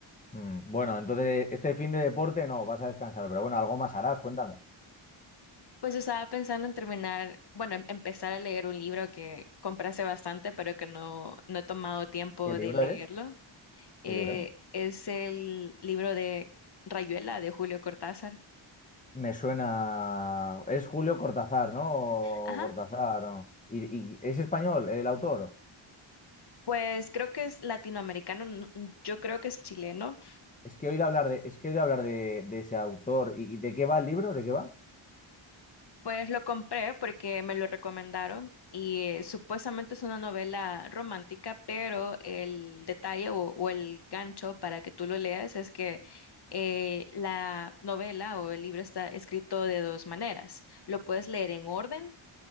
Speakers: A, on the left; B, on the left.
A: Mm, Bueno, entonces este fin de deporte no, vas a descansar, pero bueno, algo más harás, cuéntame.
B: Pues estaba pensando en terminar, bueno, em- empezar a leer un libro que compré hace bastante, pero que no, no he tomado tiempo
A: ¿Qué libro
B: de leerlo.
A: es?
B: Eh,
A: ¿Qué libro es?
B: es el libro de Rayuela, de Julio Cortázar.
A: Me suena. Es Julio Cortázar, ¿no? O
B: Ajá.
A: Cortázar. ¿no? ¿Y, y es español el autor?
B: Pues creo que es latinoamericano, n- n- yo creo que es chileno,
A: Es que he oído hablar de, es que he oído hablar de, de ese autor. ¿Y, y de qué va el libro? ¿De qué va?
B: Pues lo compré porque me lo recomendaron y eh, supuestamente es una novela romántica, pero el detalle o, o el gancho para que tú lo leas es que eh, la novela o el libro está escrito de dos maneras. Lo puedes leer en orden